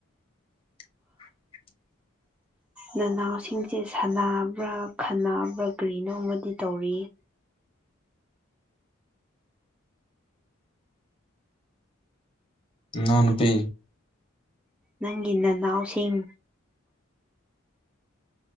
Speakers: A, on the left; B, in the centre.
A: <inaudible>
B: ꯅꯅꯥꯎꯁꯤꯡꯁꯦ ꯁꯥꯟꯅꯕ꯭ꯔꯥ ꯈꯟꯅꯕ꯭ꯔꯥ ꯀꯔꯤꯅꯣ ꯑꯃꯗꯤ ꯇꯧꯔꯤꯌꯦ
A: ꯅꯥꯎ ꯅꯨꯄꯤ
B: ꯅꯪꯒꯤ ꯅꯅꯥꯎꯁꯤꯡ